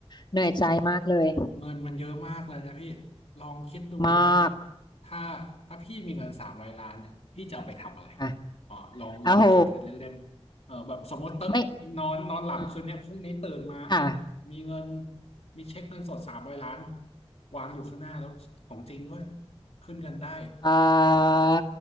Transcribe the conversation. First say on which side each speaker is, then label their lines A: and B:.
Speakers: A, on the left; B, on the left.
A: เหนื่อยใจมากเลย
B: โอ้เงินมันเยอะมากเลยนะพี่ลองคิดดูนะพี่
A: มาก
B: ถ้าถ้าพี่มีเงินสามร้อยล้านเนี่ยพี่จะเอาไปทำอะไร
A: ค่ะ
B: อ๋อลองลองคิดกันเล่นๆเออแบบสมมติเต
A: อ้าโหไม่
B: นอนนอนหลับคืนเนี้ยพรุ่งนี้ตื่นมาเอ้า
A: อืมค่ะ
B: มีเงินมีเช็คเงินสดสามร้อยล้านวางอยู่ข้างหน้าแล้วของจริงด้วยขึ้นเงินได้
A: อ่า